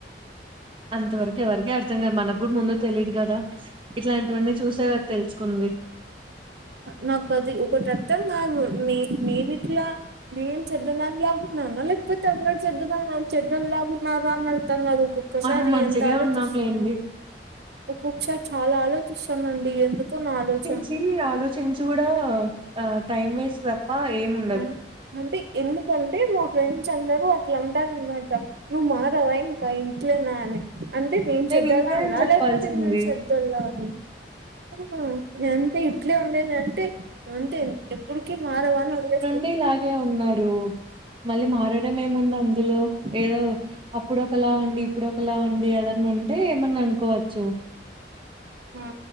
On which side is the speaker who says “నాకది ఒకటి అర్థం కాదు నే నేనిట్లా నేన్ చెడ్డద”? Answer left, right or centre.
Right